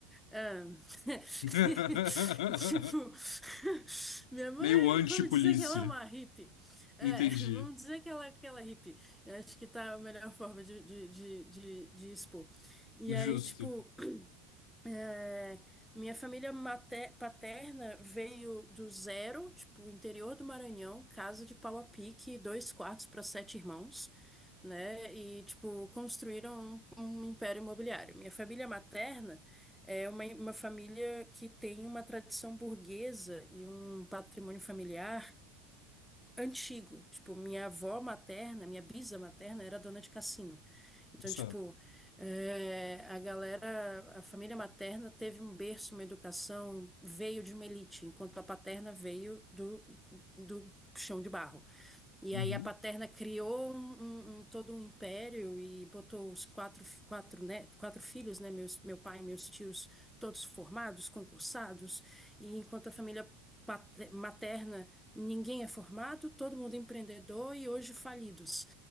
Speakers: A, in the centre; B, on the left.
A: Ah, <laughs>
B: <laughs>
A: Tipo, <laughs> minha mãe,
B: Meio anti-polícia.
A: vamos dizer que ela é uma hippie. É,
B: Entendi.
A: <laughs> vamos dizer que ela é aquela hippie. Eu acho que tá a melhor <laughs> forma de, de, de, de, de expor. E
B: Justo.
A: aí, tipo, é, minha família mater- paterna veio do zero, tipo, interior do Maranhão, casa de pau a pique, dois quartos para sete irmãos, né? E, tipo, construíram um, um império imobiliário. Minha família materna é uma, uma família que tem uma tradição burguesa e um patrimônio familiar antigo. Tipo, minha avó materna, minha bisa materna era dona de cassino. Então,
B: sabe
A: tipo, eh, a galera, a família materna teve um berço, uma educação, veio de uma elite, enquanto a paterna veio do, do chão de barro. E
B: Uhum,
A: aí a Paterna criou um, um- um- todo um império e botou os quatro, quatro, né, quatro filhos, né, meus, meu pai e meus tios, todos formados, concursados, e enquanto a família pater- materna, ninguém é formado, todo mundo é empreendedor e hoje falidos.